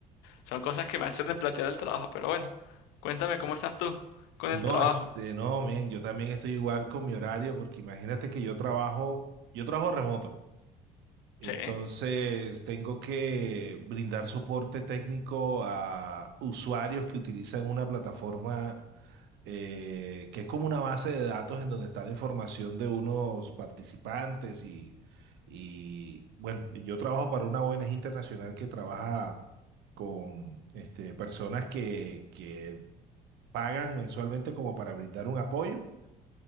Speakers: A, on the left (about 70°); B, on the right (about 65°).
A: Son cosas que me hacen replantear el trabajo, pero bueno. Cuéntame cómo estás tú con
B: No,
A: el trabajo.
B: este, no, men, yo también estoy igual con mi horario, porque imagínate que yo trabajo, yo trabajo remoto, entonces
A: Sí.
B: tengo que brindar soporte técnico a usuarios que utilizan una plataforma. eh, que es como una base de datos en donde está la información de unos participantes y, y bueno, y yo trabajo para una ONG internacional que trabaja con este, personas que, que pagan mensualmente como para brindar un apoyo